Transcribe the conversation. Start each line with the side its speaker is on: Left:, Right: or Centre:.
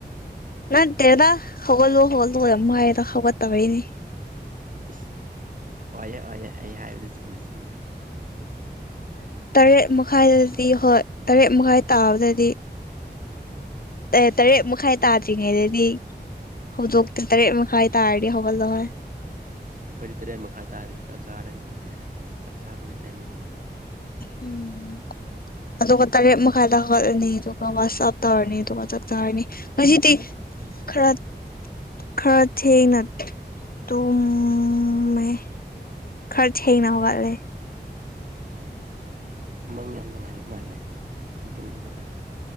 Left: ꯅꯠꯇꯦꯗ ꯍꯧꯒꯠꯂꯣ-ꯍꯧꯒꯠꯂꯣ ꯌꯥꯝ ꯍꯥꯏꯌꯦꯗ ꯍꯧꯒꯠ ꯇꯕꯩꯅꯤ
Right: ꯏꯁ ꯑꯣꯏꯌꯦ-ꯑꯣꯏꯌꯦ ꯑꯩ ꯍꯥꯏꯕꯗꯨ ꯆꯨꯝꯃꯦ ꯆꯨꯝꯃꯦ
Left: ꯇꯔꯦꯠ ꯃꯈꯥꯏꯗꯗꯤ ꯍꯣꯏ ꯇꯔꯦꯠ ꯃꯈꯥꯏ ꯇꯥꯕꯗꯗꯤ ꯑꯦ ꯇꯔꯦꯠ ꯃꯈꯥꯏ ꯇꯥꯗ꯭ꯔꯤꯉꯩꯗꯗꯤ ꯍꯧꯗꯣꯛꯇꯦ ꯇꯔꯦꯠ ꯃꯈꯥꯏ ꯇꯥꯔꯗꯤ ꯍꯧꯒꯠꯂꯣ ꯍꯥꯏ
Right: ꯑꯩꯈꯣꯏꯗꯤ ꯇꯔꯦꯠ ꯃꯈꯥꯏ ꯇꯥꯔꯗꯤ ꯆꯥꯛ ꯆꯥꯔꯅꯤꯍꯦ ꯑꯁ ꯆꯥꯛ ꯆꯥꯕꯒꯤ ꯇꯥꯏꯃꯤꯡꯅꯦ
Left: ꯎꯝ ꯑꯗꯨꯒ ꯇꯔꯦꯠ ꯃꯈꯥꯏꯗ ꯍꯧꯒꯠꯂꯅꯤ ꯑꯗꯨꯒ ꯋꯥꯁ ꯑꯞ ꯇꯧꯔꯅꯤ ꯑꯗꯨꯒ ꯆꯥꯛ ꯆꯥꯔꯅꯤ ꯉꯁꯤꯗꯤ ꯈꯔ ꯈꯔ ꯊꯦꯡꯅ ꯇꯨꯝꯃꯦ ꯈꯔ ꯊꯦꯡꯅ ꯍꯧꯒꯠꯂꯦ
Right: ꯃꯪ ꯌꯥꯝ ꯅꯨꯡꯉꯥꯏꯕ ꯃꯥꯜꯂꯦ ꯇꯨꯝꯕꯗꯣ